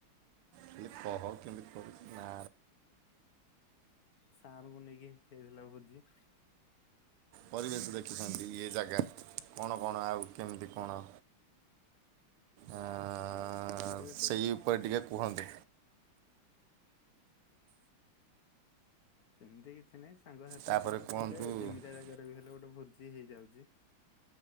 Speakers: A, on the right; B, on the left.
A: ଖାଲି କହ କେମିତି କରିଥିଲା
B: ସାରଙ୍କୁ ନେଇକି ଦେଇଥିଲା ଭୋଜି।
A: ପରିବେଶ ଦେଖିଛନ୍ତି ଏ ଜାଗା କଣ କଣ ଆଉ କେମିତି କଣ ଆଁ,
B: ହଁ ଏ ପରିବେଶ
A: ସେଇ
B: ତ
A: ଉପରେ
B: ଠିକ୍ ଠାକ୍।
A: ଟିକେ କୁହନ୍ତୁ
B: ସେମିତି କିଛି ନାହିଁ ସାଙ୍ଗସାଥିଙ୍କ
A: ତାପରେ
B: ସହିତ
A: କୁହନ୍ତୁ
B: ଥିଲେ
A: ଉଁ,
B: ଜିମିତିଆ ଜାଗାରେ ବି ହେଲେ ଗୋଟେ ଭୋ ଜି ହେଇଯାଉଛି।